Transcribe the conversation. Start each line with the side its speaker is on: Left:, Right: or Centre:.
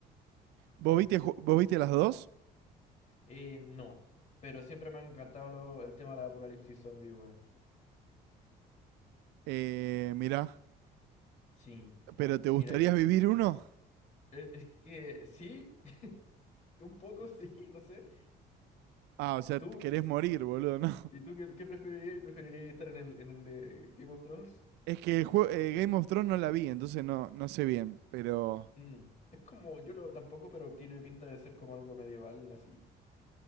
Right: ¿Vos viste, ju- vos viste las dos?
Left: Eh, no, pero siempre me ha encantado lo- el tema del apocalipsis zombie, weón.
Right: Eh, mirá,
Left: Sí.
Right: ¿pero te
Left: Mira,
Right: gustaría
Left: yo...
Right: vivir uno?
Left: eh, Es que sí, <laughs> un poco sí, no sé.
Right: Ah, o sea,
Left: ¿Tú?
Right: querés morir, boludo, ¿no? <laughs>
Left: ¿Y tú qué, qué preferirías? ¿Preferirías estar en el, en el de Game of Thrones?
Right: Es que el jue- eh, Game of Thrones no la vi, entonces no, no sé bien, pero...
Left: Mm. Es como, yo lo tampoco, pero tiene pinta de ser como algo medieval, así.